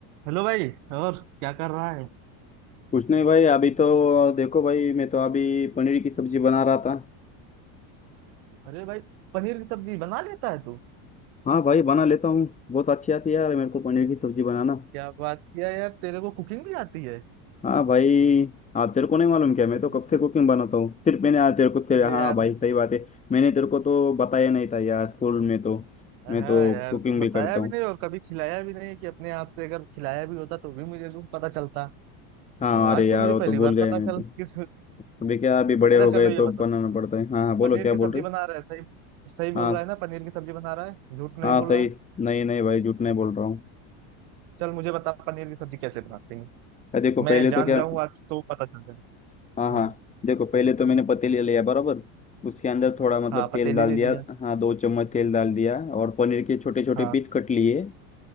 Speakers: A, on the right; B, on the left.
A: हेलो भाई और क्या कर रहा है
B: कुछ नहीं भाई अभी तो देखो भाई मैं तो अभी पनीर की सब्जी बना रहा था
A: अरे भाई पनीर की सब्जी बना लेता है तू
B: हाँ भाई बना लेता हूँ बहुत अच्छी आती है यार मेरे को पनीर की सब्जी बनाना
A: क्या बात किया यार तेरे को कुकिंग भी आती है
B: हाँ भाई हाँ तेरे को नहीं मालूम क्या मैं
A: अरे
B: तो कब से
A: यार
B: कुकिंग बनाता हूँ सिर्फ मैंने हाँ तेरे को तेरे
A: अरे
B: हाँ
A: यार,
B: भाई सही बात है मैंने तेरे को तो बताया नहीं था यार स्कूल में तो
A: हाँ
B: मैं तो
A: यार
B: कुकिंग
A: तू बताया
B: भी करता
A: भी
B: हूँ
A: नहीं और कभी खिलाया भी नहीं कि अपने हाथ से अगर खिलाया भी होता तो भी मुझे तो पता चलता
B: हाँ
A: और आज
B: अरे यार
A: तो मुझे
B: वो
A: पहली
B: तो भूल
A: बार
B: गए
A: पता
B: मैं
A: चल
B: तो
A: <laughs> कि तू-
B: अभी क्या अभी बड़े
A: अच्छा
B: हो गए
A: चलो ये
B: तो
A: बता
B: बनाना पड़ता है हाँ हाँ बोलो
A: पनीर
B: क्या
A: की
B: बोल
A: सब्जी
B: रहे
A: बना रहा है सही सही बोल
B: हाँ
A: रहा है ना पनीर की सब्जी बना रहा है झूठ नहीं
B: हाँ
A: बोल
B: सही
A: रहा है
B: नहीं नहीं भाई झूठ नहीं बोल रहा हूँ
A: चल मुझे बता पनीर की सब्जी कैसे बनाते हैं
B: अरे देखो
A: मैं
B: पहले
A: जान
B: तो क्या
A: जाऊंगा आज तो पता चल जाएगा
B: हाँ हाँ
A: हम्म
B: देखो पहले तो मैंने पतीली लिया बराबर उसके अंदर थोड़ा मतलब
A: हाँ पतीली
B: तेल डाल
A: ले
B: दिया
A: लिया
B: हाँ दो चम्मच तेल डाल दिया और पनीर के छोटे छोटे
A: हाँ
B: पीस कट लिए